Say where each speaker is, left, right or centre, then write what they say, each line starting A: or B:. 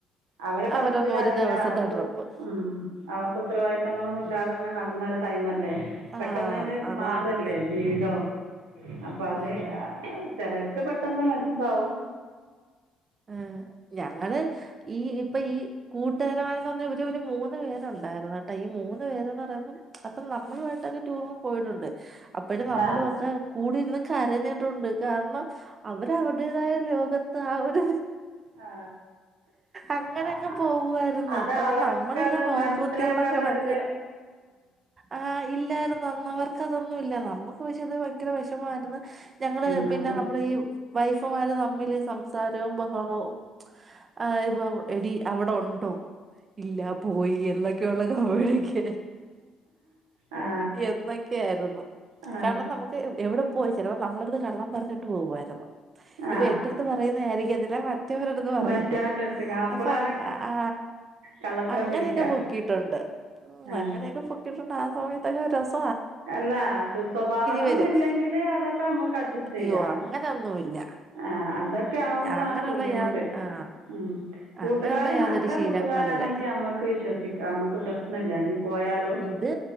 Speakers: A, on the right; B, on the right.
A: അവര് പറഞ്ഞിട്ട്
B: അവരൊന്ന്
A: കാര്മല്ല
B: ഒരു ദിവസത്തെ
A: അവർക്ക്
B: ട്രിപ്പ്
A: ഉ അവർക്ക് ഉത്തരവാദിത്ങ്ങളൊന്നും ഇല്ലാതെങ്ങനെ
B: ഉം
A: നടന്നര ടൈം അല്ലേ പെട്ടെന്നന്റെ
B: ആ അതാണ്
A: മാറല്ലേ ജീവിതവും അപ്പൊ അത്
B: ഉം
A: ചിലർക്ക് ഒക്കെ പെട്ടെന്ന്താവും
B: ആ ഞങ്ങള് ഈ ഇപ്പൊ ഈ കൂട്ടുകാരമാന്ന് പറഞ്ഞ ഒരു മൂന്ന് പേരുണ്ടായിരുന്ന കേട്ടോ ഈ മൂന്ന് പേരന്ന് പറയുമ്പം അപ്പം നമ്മളുമായിട്ട് ടൂറ പോയിട്ടുണ്ട് അപ്പോഴും നമ്മളൊക്കെ
A: ആ
B: കൂടിന്ന് കരഞ്ഞ ണ്ട് കാരണം അവരവരുടേതായ ലോകത്ത് ത്താ ആ ഒരു
A: ആ,
B: അങ്ങനെങ്ങ്
A: ആ,
B: പോവുയിരുന്നു
A: അത്
B: അപ്പൊ
A: അവർക്കത്
B: നമ്മളല്ല നോക്കുത്തികളൊ
A: മനസ്സിലാക്കാനുള്ള
B: കണക്ക്
A: ഒരിത്
B: ആ ഇല്ലായിരുന്നു അന്നവർ അതൊന്നുമല്ല നമ്മുക്ക് പക്ഷെ അത് ഭയങ്കര വിഷമായിരുന്നു ഞങ്ങള്
A: നമ്മൾ
B: പിന്നെ നമ്മള ഈ വൈഫുമാര് തമ്മിൽ സംസാ രവും ബഹളവും ആ ഇപ്പൊ എടി അവിടെ ഉണ്ട് ട്ടോ ഇല്ല പോയി എന്നൊക്കെയള്ള കടക്ക
A: ആ
B: എന്നൊക്കൊയിരുന്നു
A: ആ
B: കാരണം നമുക്ക് എവിടെ പോയി ചിലപ്പോ നമ്മളടു കള്ളം പറഞ്ഞിട്ട് പോകമായിരുന്നു
A: ആ
B: ഇപ്പൊ എന്റെ ടുത്ത് പറയും ഇതിലെ മ മറ്റവരുടുത്ത് പറയുന്നത്
A: മറ്റവൻ്റെ അടുത്ത് അപ്പോഴാണ്
B: അപ്പൊ ആ
A: കള്ളത്തരം
B: അങ്ങനെയൊക്കെ
A: പിടിക്കുക
B: പൊക്കിയിട്ടുണ്ട് ഉ
A: ആ
B: അങ്ങനെയൊക്കെ പൊക്കിട്ടുണ്ട് ആ സമയത്ത് <unintelligible>
A: അല്ല ദുസ്വഭാവങ്ങളൊന്നും
B: വരും
A: ഇല്ലെങ്കില് അതൊക്കെ നമ്മുക്ക് അഡ്ജസ്റ്റ്
B: അയ്യോ
A: ചെയ്യാം
B: അങ്ങനൊന്നുമില്ല
A: ആ അതൊക്കെ നമ്മളാണ്
B: അങ്ങനെയുള്ള
A: ബുദ്ധിമുട്ട്
B: യാത ആ
A: ഉം കൂട്ടുകാർ
B: അങ്ങനെയുള്ള യാതൊരു
A: നല്ല
B: ശീലങ്ങളില്ല
A: കൂട്ടുകാരാണെങ്കി നമ്മക്ക് വിശ്വസിക്കാം നമ്മക്ക് പ്രശ്നല്ല ഇനി പോയാലും
B: ഇത്